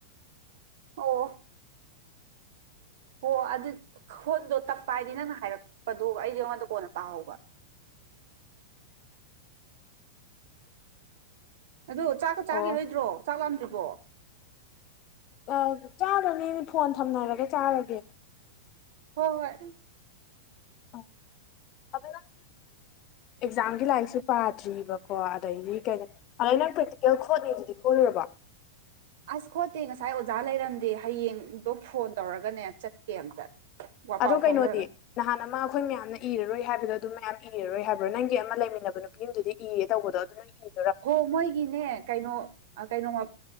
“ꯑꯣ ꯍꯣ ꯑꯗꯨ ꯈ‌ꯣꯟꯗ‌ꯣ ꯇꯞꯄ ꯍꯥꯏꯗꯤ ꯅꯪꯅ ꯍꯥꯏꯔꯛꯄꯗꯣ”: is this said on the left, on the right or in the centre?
Right